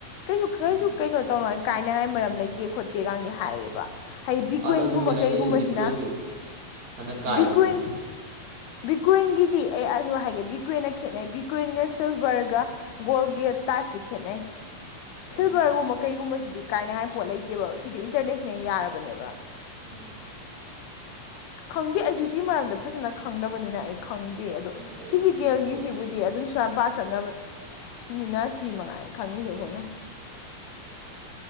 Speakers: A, on the left (about 90°); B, on the right (about 60°).
A: ꯀꯩꯁꯨ ꯀꯩꯁꯨ
B: ꯎꯝ
A: ꯀꯩꯅꯣ ꯇꯧꯅꯉꯥꯏ ꯀꯥꯏꯅꯉꯥꯏ ꯃꯔꯝ ꯂꯩꯇꯦ ꯈꯣꯠꯇꯦꯒꯗꯤ ꯍꯥꯏꯌꯦꯕ ꯍꯥꯏꯗꯤ
B: ꯎꯝ
A: ꯕꯤꯠꯀꯣꯏꯟꯒꯨꯝꯕ
B: ꯑꯗ ꯑꯗꯨꯗꯤ ꯍꯥꯏꯅꯩ
A: ꯀꯩꯒꯨꯝꯕꯁꯤꯅ
B: ꯕꯤꯠꯀꯣꯏꯟꯁꯨ ꯍꯥꯟꯅ ꯀꯥꯏꯔꯤꯗꯨꯗꯤ
A: ꯕꯤꯀꯣꯏꯟ ꯕꯤꯠꯀꯣꯏꯟꯒꯤꯗꯤ ꯑꯩ ꯑꯗꯨ ꯍꯥꯏꯒꯦ ꯕꯤꯠꯀꯣꯏꯟꯒ ꯈꯦꯠꯅꯩ ꯕꯤꯠꯀꯣꯏꯟꯒ ꯁꯤꯜꯚꯔꯒ ꯒꯣꯜꯒꯤ ꯇꯥꯏꯞꯁꯤ ꯈꯦꯠꯅꯩ
B: ꯎꯝ
A: ꯁꯤꯜꯚꯔꯒꯨꯝꯕ ꯀꯩꯒꯨꯝꯕꯁꯤꯗꯤ ꯁꯤꯗꯤ ꯀꯥꯏꯅꯉꯥꯏ ꯄꯣꯠ ꯂꯩꯇꯦꯕ ꯁꯤꯗꯤ ꯏꯟꯇꯔꯅꯦꯁꯅꯦꯜ ꯌꯥꯔꯕꯅꯦꯕ
B: ꯎꯝ
A: ꯈꯪꯗꯦ ꯑꯩꯁꯨ ꯁꯤ ꯃꯔꯝꯗ ꯐꯖꯅ ꯈꯪꯗꯕꯅꯤꯅ ꯑꯩ ꯈꯪꯗꯦ ꯑꯗꯣ
B: ꯑꯩ
A: ꯐꯤꯖꯤꯀꯦꯜꯒꯤꯁꯤꯕꯨꯗꯤ
B: ꯑꯗꯨꯏ ꯄꯣꯠꯇꯨ ꯈꯔ
A: ꯑꯗꯨꯝ ꯁꯨꯃꯥꯏꯅꯄꯥ ꯆꯠꯅꯕ ꯅꯤꯅ ꯁꯤ ꯃꯉꯥꯏ ꯈꯪꯉꯤꯁꯦ ꯑꯩꯈꯣꯏꯅ
B: ꯎꯝ